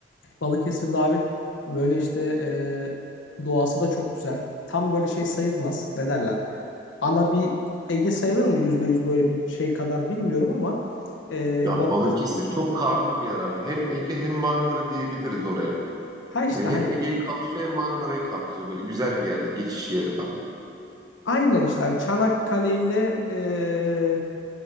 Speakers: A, on the left (about 85°); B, on the right (about 20°).
A: Balıkesir'de abi böyle işte e, doğası da çok güzel. Tam böyle şey sayılmaz. Ne derler? Ana bir Ege sayılır mı? yüzde yüz böyle bir şey kadar bilmiyorum ama e,
B: Ya
A: Balıkesir
B: Balıkesir çok karma bir yer abi. Hem Ege hem Marmara diyebiliriz oraya.
A: ha işte
B: Yani
A: hani
B: hem Ege'yi kapsıyor hem Marmara'yı kapsıyor. Böyle güzel bir yerde. Geçiş yeri tam.
A: aynen işte hani Çanakkale ile e,